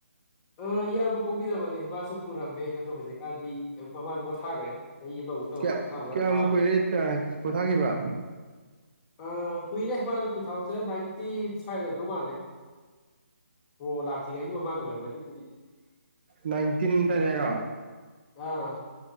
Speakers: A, on the left (about 20°); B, on the right (about 45°).
A: ꯑ ꯏꯌꯥꯝꯕ ꯄꯣꯛꯕꯤꯔꯝꯕꯅꯦ ꯃꯥꯁꯨ ꯄꯨꯔꯝꯃꯦ ꯑꯗꯣ ꯍꯧꯖꯤꯛꯀꯥꯟꯗꯤ ꯄꯥꯃ ꯄꯣꯊꯥꯈ꯭ꯔꯦ ꯆꯍꯤ ꯑꯃꯃꯨꯛ ꯇꯧꯔ
B: ꯀꯌꯥ
A: ꯄꯣꯊꯥꯕ꯭ꯔꯥ
B: ꯀꯌꯥꯝ
A: ꯊꯥ
B: ꯀꯨꯏꯔꯦ ꯄꯣꯊꯥꯈꯤꯕ
A: ꯑ ꯀꯨꯏꯔꯦ ꯃꯥꯅ ꯇꯨ ꯊꯥꯎꯖꯟ ꯅꯥꯏꯟꯇꯤꯟ ꯁ꯭ꯋꯥꯏꯗꯗꯧ ꯃꯥꯜꯂꯦ ꯑꯣ ꯂꯥꯛꯆꯒꯦ ꯑꯩꯒꯤ ꯃꯕꯥꯥꯡ ꯑꯣꯏꯔꯕꯗꯤ ꯎ
B: ꯅꯥꯏꯟꯇꯤꯟꯗꯅꯦꯔꯣ
A: ꯑꯥ